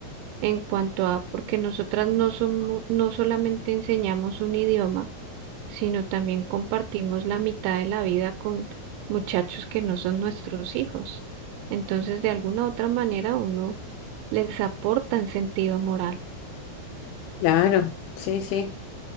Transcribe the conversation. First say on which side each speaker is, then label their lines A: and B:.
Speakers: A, on the right; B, on the left.
A: en cuanto a, porque nosotras no somos, no solamente enseñamos un idioma, sino también compartimos la mitad de la vida con muchachos que no son nuestros hijos. Entonces, de alguna otra manera, uno les aporta en sentido moral.
B: Claro, sí, sí,